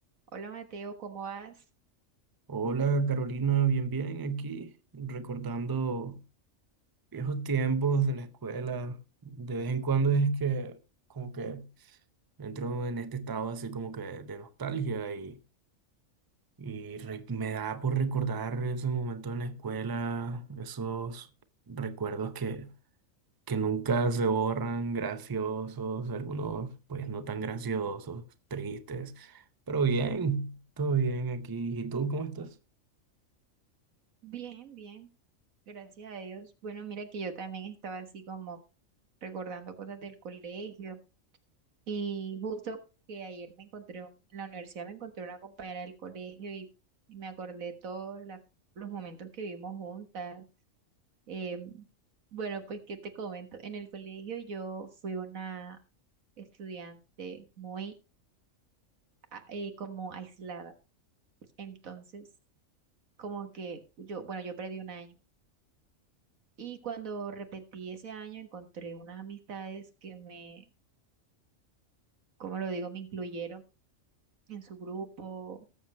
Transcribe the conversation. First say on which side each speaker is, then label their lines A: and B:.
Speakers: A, on the right; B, on the right.
A: Hola Mateo, ¿cómo vas?
B: Hola Carolina, bien, bien, aquí recordando viejos tiempos de la escuela. De vez en cuando es que como que entro en este estado así como que de nostalgia y, y re- me da por recordar esos momentos en la escuela, esos recuerdos que, que nunca se borran, graciosos, algunos pues no tan graciosos, tristes, pero bien, todo bien aquí. ¿Y tú cómo estás?
A: Bien, bien, gracias a Dios. Bueno, mira que yo también estaba así como recordando cosas del colegio y justo que ayer me encontré un- en la universidad me encontré una compañera del colegio y, y me acordé todos la- los momentos que vivimos juntas. Eh, bueno, pues qué te comento. En el colegio yo fui una estudiante muy a- eh, como aislada, entonces como que yo, bueno, yo perdí un año. Y cuando repetí ese año, encontré unas amistades que me, como lo digo, me incluyeron en su grupo